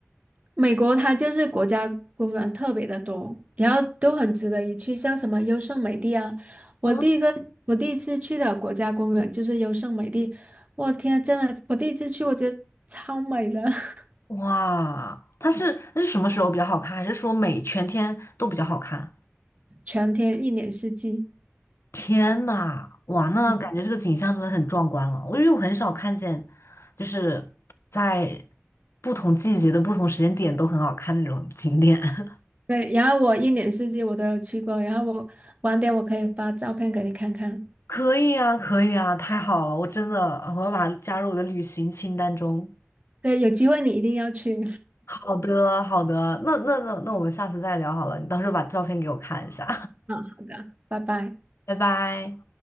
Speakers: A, on the right; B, on the left.
A: 美国它就是国家公园特别的多，然后都很值得一去，像什么优胜美地啊，我第一个我第一次去的国家公园就是优胜美地，
B: 啊，
A: 我天啊，真的，我第一次去我觉得超美的，<laughs>
B: 哇，它是那是什么时候比较好看？还是说每全天都比较好看？
A: 全天一年四季，
B: 天呐，哇，那感觉这个景象真的很壮观了。
A: 嗯
B: 我因为我很少看见，就是在不同季节的不同时间点都很好看那种景点。<laughs>
A: 对，然后我一年四季我都有去过，然后我晚点我可以发照片给你看看，
B: 可以啊，可以啊，太好了！我真的，呃我要把它加入我的旅行清单中。
A: 对，有机会你一定要去，
B: 好的，好的，那那那那我们下次再聊好了，你到时候把照片给我看一下，
A: <laughs> 嗯，好的，拜拜。
B: <laughs> 拜拜。